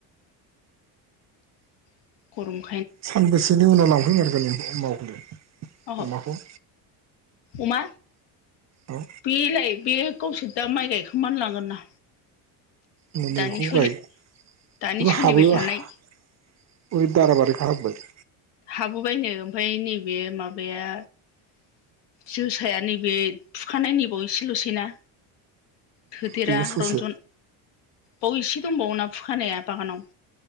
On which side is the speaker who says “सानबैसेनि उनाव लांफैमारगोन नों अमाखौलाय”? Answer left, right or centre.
Right